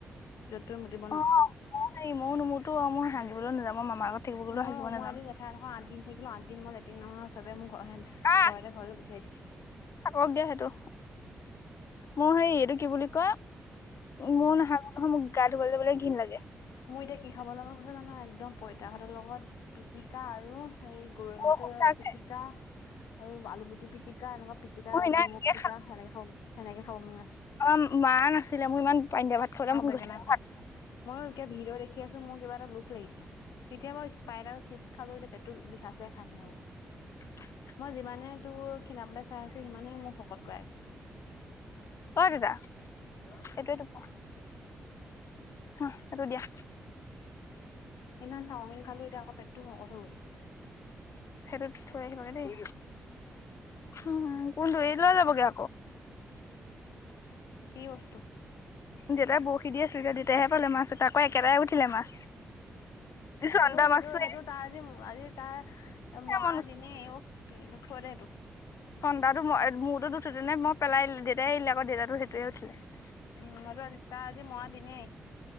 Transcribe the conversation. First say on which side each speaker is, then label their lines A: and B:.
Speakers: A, on the left; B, on the left.
A: য'ত ত'ত মোটিব নোৱাৰোঁ।
B: অ অ', হেই ময়ো নোমোটো মই হাগিবলৈ নাযাওঁ মই মামাৰ ঘৰত! থাকিব গ'লেও
A: ময়ো,
B: হাগিব নাজানো
A: মই এদিন জেঠাই ঘৰত আঠদিন থাকিলো আঠদিন মই লেটিন নোহোৱা চবে মোৰ ঘৰে ন!
B: আহ
A: ভয়তে ঘৰলৈ পঠিয়াই দিছে।
B: থাকক দিয়া সেইটো। মোৰ হেই, এইটো কি বুলি কয়? মোয়ো
A: উম
B: নেহাগো নহয় মোৰ গা ধুবলৈ বোলে ঘৃণ লাগে।
A: মোৰ এতিয়া কি খাবলৈ মন গৈছে জানা, একদম পইতা ভাতৰ লগত পিটিকা আৰু হেৰি! গৰৈ
B: মোৰ
A: মাছৰ
B: সঁচাকে
A: পিটিকা আৰু আলুগুটি পিটিকা এনেকুৱা পি!
B: মই সিদিনা এনেকে
A: পিটিকা সেনেকে খাব সেনেকে খাব মান আছে।
B: অ', মা নাছিলে। মোৰ ইমান পানী দিয়া ভাত খাবলৈ
A: আৰু
B: মন
A: বেঙেনা
B: গৈছিলে নহয়।
A: ফ্ৰাই ময়ো এতিয়া ভিডিঅ' দেখি আছো মোৰ কিবা এটা লোভ লাগিছে, এতিয়া স্পাইট আৰু চিপছ খালো এতিয়া পেটটো বিষাইছে খাইপেনাইকে।
B: <unintelligible> নাই।
A: মই যিমানে তোৰ, ক্ষীণাবলৈ চাই আছো, সিমানে মোক শকত কৰাই আছে।
B: এই দেতা এইটো এইটো পোৱা। হ এইটো দিয়া।
A: সেইদিনা চাওমিন খালো এতিয়া আকৌ পেটটো শকত হৈ হ'ল।
B: সেইটোত থৈ আহিবাগৈ দেই। উম, কোনটো? এৰি দিলে <unintelligible> লয়
A: কি বস্তু
B: দেউতাই বৰশী দি আছে, যে দেউতাইহে পালে মাছ এটা আকৌ একেবাই উঠিলে মাছ। চন্দা
A: সেইটো, সেইটো,
B: মাছটো
A: সেইটো তাৰ আজি আজি তাৰ। মৰা
B: মন
A: দিনে উ, থৈ দে এইটো।
B: <unintelligible> মই পেলাই দিলো দেউতাই এৰিলে আৰু দেউতাতো সেইটোৱে আছিলে।
A: উম, আৰু আজি তাৰ আজি মৰা দিনে।